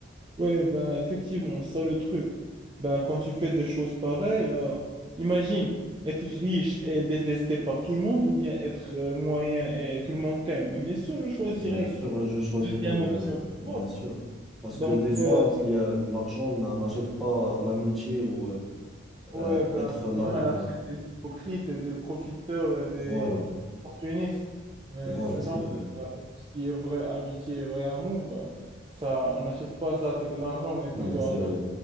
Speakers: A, on the right (about 25°); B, in the centre.
A: Ouais, ben effectivement, ça le truc. Ben quand tu fais des choses pareilles, là, imagine être riche et détesté par tout le monde ou bien être euh, moyen et tout le monde t'aime. Ben, bien sûr, je choisirais
B: Bien sûr, euh, je choisirais,
A: la deuxième
B: euh,
A: option. tu
B: bien
A: vois.
B: sûr. Parce
A: Donc,
B: que des fois,
A: euh,
B: il y a- l'argent n'a- n'achète pas l'amitié ou euh,
A: ouais,
B: euh,
A: ben
B: être là,
A: sinon,
B: là.
A: elle achète des hypocrites et des profiteurs et des
B: Voilà,
A: opportunistes. Mais
B: voilà,
A: sinon,
B: c'est vrai.
A: euh, ce qui est vraie amitié et vrai amour, euh, ça, on n'achète pas ça avec de l'argent, mais plutôt
B: Ouais, c'est
A: avec
B: vrai,